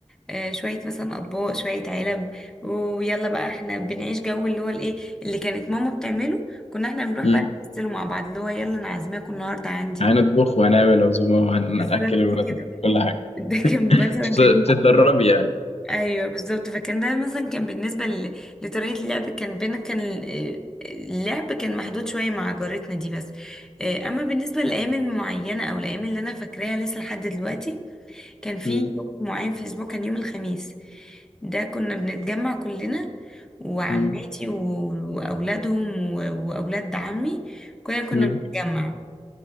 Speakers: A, in the centre; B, on the left.
A: آه، شوية مثلا أطباق شوية علب ويلا بقى احنا بنعيش جو اللي هو الايه اللي كانت ماما بتعمله كنا احنا بنروح
B: مم.
A: بقى نمثله مع بعض اللي هو يلا انا عازماكم النهارده عندي
B: يعني هنطبخ وهنعمل عزومه وهنأكل
A: بالظبط
B: الولاد
A: كده
B: كل حاجه
A: <laughs> ده كان
B: بت-
A: مثلا بالنسبة
B: بتتدربي يعني
A: ايوه بالظبط فكان ده مثلا كان بالنسبه ل... لطريقه اللعب كان بينا كان ال- اللعب كان محدود شويه مع جارتنا دي بس آه، اما بالنسبه للايام المعينه او الايام اللي انا فاكراها لسه لحد دلوقتي كان في
B: مم.
A: يوم معين في الاسبوع كان يوم الخميس ده كنا بنتجمع كلنا وعماتي
B: مم.
A: و- واولادهم و- واولاد عمي كنا كنا
B: مم.
A: بنتجمع